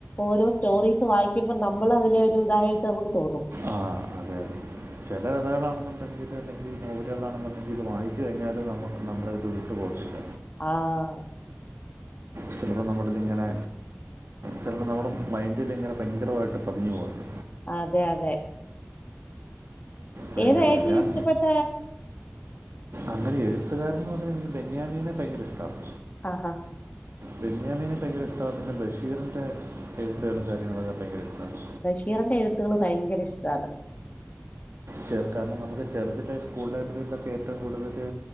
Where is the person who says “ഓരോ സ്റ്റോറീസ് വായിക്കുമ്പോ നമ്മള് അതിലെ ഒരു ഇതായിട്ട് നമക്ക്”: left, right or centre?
Left